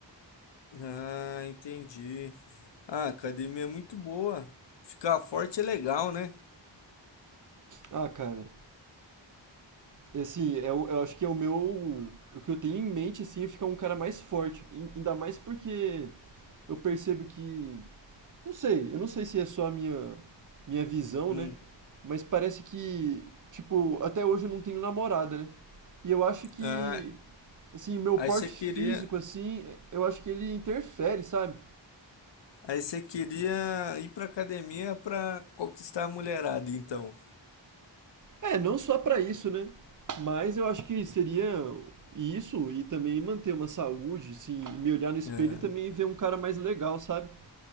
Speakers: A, on the left (about 65°); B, on the right (about 45°).
A: Ah, entendi. Ah, a academia é muito boa. Ficar forte é legal, né?
B: Ah, cara, assim, eu, eu acho que é o meu. O que eu tenho em mente, assim, é ficar um cara mais forte. Ain- Ainda mais porque eu percebo que Não sei, eu não sei se é só a minha, minha visão,
A: Hum.
B: né? Mas parece que, tipo, até hoje eu não tenho namorada, né? E eu acho que,
A: Ah,
B: assim, meu
A: aí
B: porte
A: você queria,
B: físico, assim, eu acho que ele interfere, sabe?
A: aí você queria ir pra academia pra conquistar a mulherada, então.
B: É, não só pra isso, né? Mas eu acho que seria isso e também manter uma saúde, assim, me olhar no espelho
A: Ah,
B: e também ver um cara mais legal, sabe?